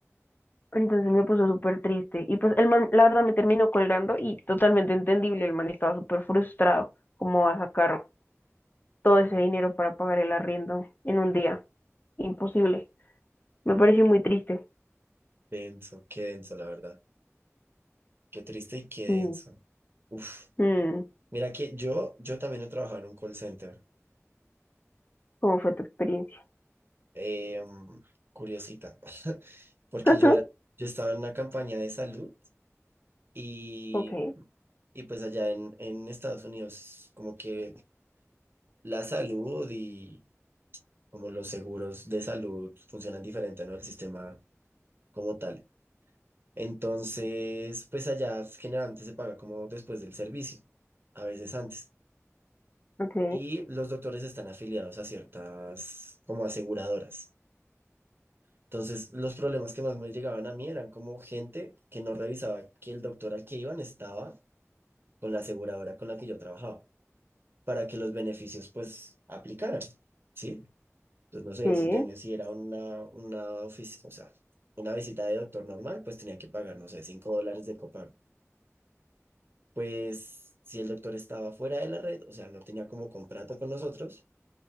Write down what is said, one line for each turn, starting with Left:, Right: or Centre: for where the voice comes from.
Left: Entonces me puso súper triste. Y pues el man, la verdad, me terminó colgando y totalmente entendible. El man estaba súper frustrado. ¿Cómo va a sacar todo ese dinero para pagar el arriendo en un día? Imposible. Me pareció muy triste.
Right: Denso, qué denso, la verdad. Qué triste y qué
Left: Sí.
Right: denso. Uf.
Left: Mm,
Right: Mira que yo, yo también he trabajado en un call center.
Left: ¿cómo fue tu experiencia?
Right: Eh, mm, curiosita. <laughs> Porque
Left: <laughs>
Right: yo era, yo estaba en una campaña de salud y,
Left: Ok,
Right: y pues allá en, en Estados Unidos, como que la salud y como los seguros de salud funcionan diferente, ¿no? El sistema como tal. Entonces, pues allá generalmente se paga como después del servicio, a veces antes.
Left: ok,
Right: Y los doctores están afiliados a ciertas como aseguradoras. Entonces, los problemas que más me llegaban a mí eran como gente que no revisaba que el doctor al que iban estaba con la aseguradora con la que yo trabajaba, para que los beneficios pues aplicaran, ¿sí? Entonces, no sé,
Left: sí.
Right: si tenía, si era una, una ofici- o sea, una visita de doctor normal, pues tenía que pagar, no sé, 5 dólares de copago. Pues si el doctor estaba fuera de la red, o sea, no tenía como contrato con nosotros,